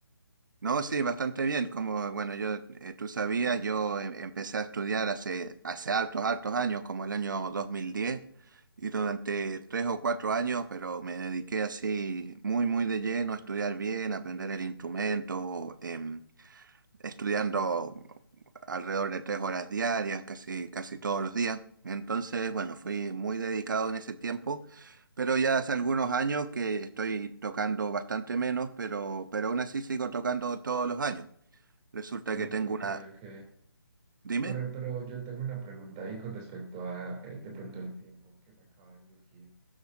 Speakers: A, on the right (about 55°); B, on the right (about 20°).
A: No, sí, bastante bien. Como, bueno, yo, eh, tú sabías, yo em- empecé a estudiar hace, hace hartos, hartos años, como el año 2010, y durante tres o cuatro años, pero me dediqué así muy, muy de lleno a estudiar bien, a aprender el instrumento, em, estudiando alrededor de tres horas diarias, casi, casi todos los días. Entonces, bueno, fui muy dedicado en ese tiempo, pero ya hace algunos años que estoy tocando bastante menos, pero, pero aún así sigo tocando todos los años. Resulta
B: Oh,
A: que tengo
B: Ok,
A: una...
B: ok.
A: Dime.
B: Pero, pero yo tengo una pregunta ahí con respecto a eh, de pronto el tiempo que me acaba de surgir.